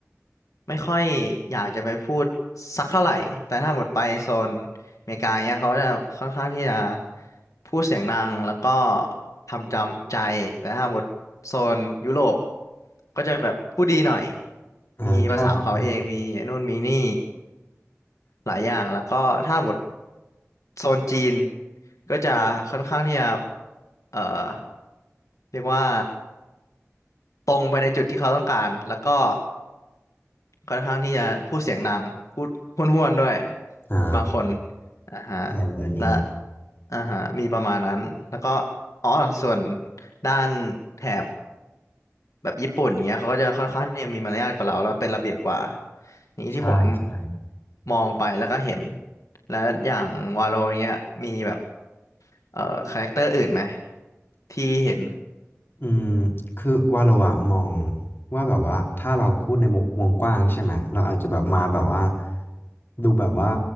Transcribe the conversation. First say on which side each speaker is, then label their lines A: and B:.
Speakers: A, on the left; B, on the left.
A: ไม่ค่อยอยากจะไปพูดสักเท่าไหร่แต่ถ้าหมดไปโซนอเมริกาเนี้ยเขาจะค่อนข้างที่จะพูดเสียงดังแล้วก็ทำจำใจแต่ถ้าหมดโซนยุโรปก็จะแบบพูดดีหน่อย
B: อ่าใช่ใช่
A: มีภาษาของเขาเองมีไอ้นู่นมีนี่ หลายอย่างแล้วก็ถ้าหมดโซนจีนก็จะค่อนข้างที่จะเอ่อเรียกว่าตรงไปในจุดที่เขาต้องการแล้วก็ค่อนข้างที่จะพูดเสียงดังพูดห้วนๆด้วย
B: อ่า
A: บางคนอ่าฮะ
B: อะไรเน่นนี้
A: และอ่าฮะมีประมาณนั้นแล้วก็อ๋อส่วนด้านแถบ แบบญี่ปุ่นเนี้ยเขาก็จะค่อนข้างเนี่ยมีมารยาทกว่าเราแล้วเป็นระเบียบกว่าอย่างนี้ที่ผม
B: ใช่ใช่
A: มองไปแล้วก็เห็นแล้วอย่างวาโลเนี้ยมีแบบเอ่อคาแรคเตอร์อื่นไหมที่เห็น
B: อืมคือว่าเราอะมองว่าแบบว่าถ้าเราพูดในมุมวงกว้างใช่ไหม เราอาจจะแบบมาแบบว่าดูแบบว่า